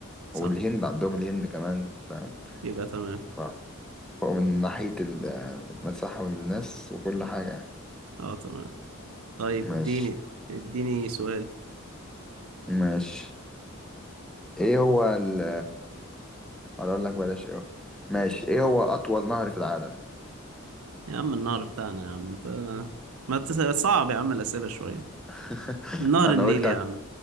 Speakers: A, on the right; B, in the centre.
A: صح
B: والهند عندهم الهند كمان فاهم
A: يبقى تمام
B: ف- فهو من ناحية المساحة والناس وكل حاجة
A: أه تمام طيب
B: ماشي
A: اديني اديني سؤال
B: ماشي ايه هو ال اقول لك بلاش ايه هو ماشي ايه هو أطول نهر في العالم
A: يا عم النهر بتاعنا يا عم انت ما تس... صعب يا عم الأسئلة شوية
B: <laughs>
A: نهر
B: أنا
A: النيل
B: قلت
A: يا عم